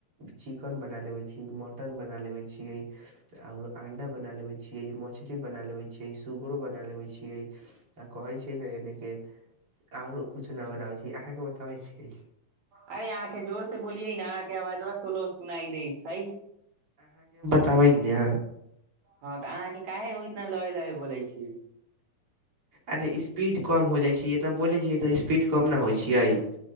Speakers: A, on the right; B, on the right.
A: चिकन बना लेवैइ छीअइ मटन बना लेवैइ छीअइ आउर अंडा बना लेवे छियै मछली बना लेवे छिये सुगरो बना लेबे छियै आ कहै छै ने एने के आउर कुछ न बनाबै छियै छै आहाँ के बताबै छियै
B: अरे अहाँ के जोर से बोलियै न अहाँके आवाजवा सोलो सुनाई दइ छै
A: त बै ने
B: हँ तऽ अहाँ के काहे इतना लहे लहे बोलै छीयै
A: अरे स्पीड कम हो जाइ छै इतना बोलै छ तऽ स्पीड कम न होइ छियै